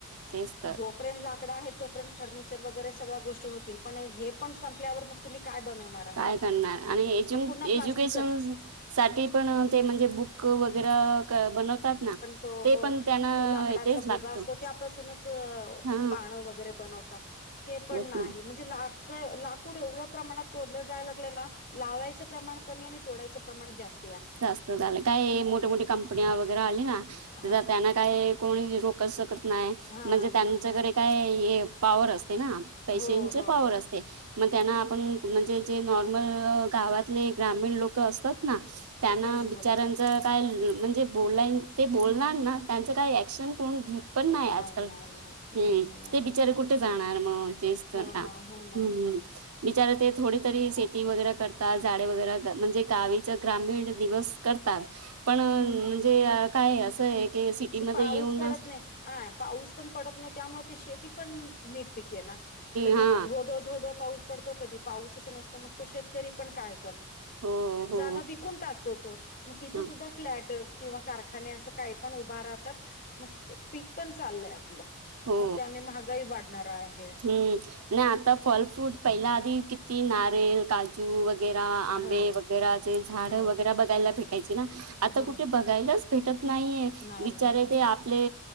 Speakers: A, on the right; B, on the left.
A: तेच तर
B: जोपर्यंत लाकड आहेत तोपर्यंत फर्निचर वगैरे सगळ्या गोष्टी होतील पण हे पण संपल्यावर मग तुम्ही काय बनवणार आहात
A: काय करणार आणि
B: मग पुन्हा प्लास्टिकच
A: एज्युकेशन साठी पण ते म्हणजे बुक वगैरे बनवतात ना
B: त
A: ते
B: हो
A: पण त्यांना
B: तो लाकडाचा
A: तेच लागतं
B: भुगा असतो त्यापासूनच
A: हा
B: पाण वगैरे बनवतात ते पण
A: होत
B: नाही
A: ना
B: म्हणजे लाकड लाकूड एवढ्या प्रमाणात तोडलं जाय लागलं ना लावायच प्रमाण कमी आणि तोडाचं प्रमाण जास्
A: जास्त झालं काही मोठ मोठी कंपन वगैरे आली ना
B: हा
A: तर
B: हा
A: त्यांना काय कोणी रोखत शकत नाही
B: हा
A: म्हणजे त्यांच्याकडे
B: ना हा.
A: काय पॉवर असते ना पैशांचे
B: हो हो
A: पावर
B: हो
A: असते मग त्यांना आपण म्हणजे जे नॉर्मल गावातले ग्रामीण लोक असतात ना त्यांना
B: ते काहीच
A: बिचारांच
B: बोलत नाही
A: काय म्हणजे बोलाय ते बोलणार ना त्यांचं काय ऍक्शन कोण घेत पण नाही आजकाल
B: नाही नाही
A: हम्
B: नाही नाही
A: ते बिचारे कुठे जाणार मग ते ता
B: हो ना हो ना
A: हम्म हम् विचार ते थोडी तरी शेती वगैरे करतात झाडे वगैरे म्हणजे गावीच ग्रामीण दिवस करतात पण म्हणजे काय असं की सिटीमध्ये
B: असं पाऊस
A: येऊन
B: पडत
A: ना
B: नाही हा पाऊस पण पडत नाही त्यामुळे ते शेती पण नीट पिके ना कधी
A: हा
B: धोधो धोधो पाऊस पडतो कधी पाऊस अस नसतो मग तो शेतकरी पण काय
A: हो हो
B: ा व टाकतोग तिथ
A: ह
B: सुा फ्लॅट किंवा कारखाने असं काही पण उभा राहतात मग पीक पण चाललंय आपलं
A: हो
B: मग त्याने महागाई वाढणारा आहे
A: हम्म नाही आता फॉल फ्रूट पहिला आधी किती नारल काजू वगैर आंबे
B: हो
A: वगैर जे झाड
B: हो
A: वगैरे बघायला भेटायचे ना आता
B: हो
A: कुठे बघायलाच भेटत नाहीये
B: नाही
A: विचारे
B: नाही भेटत
A: ते आपले